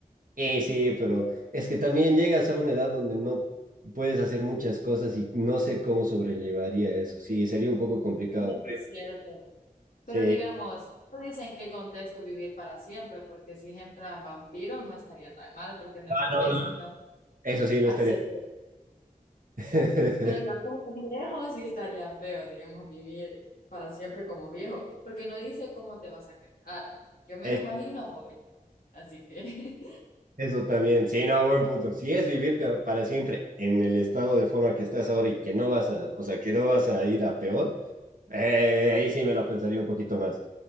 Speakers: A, on the right; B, on the left.
A: Eh, sí, sí, pero es que también llegas a una edad donde no puedes hacer muchas cosas y no sé cómo sobrellevaría eso. Sí, sería un poco complicado.
B: bueno, eso es cierto.
A: Sí,
B: Pero digamos, no dice en qué contexto vivir para siempre, porque si es en plan vampiro no estaría tan mal, porque no
A: Ah,
B: envejeces,
A: no, no,
B: ¿no?
A: eso sí, no
B: Así
A: estaría. <laughs>
B: Pero ya como viejo sí estaría feo, digamos, vivir para siempre como viejo, porque no dice cómo te vas a quejar. Yo me
A: Es-
B: lo imagino joven, así que
A: Eso también, sí, no, buen punto. Si es vivir ca- para siempre en el estado de forma que estás ahora y que no vas a, o sea, que no vas a ir a peor, Eh, ahí sí me lo pensaría un poquito más,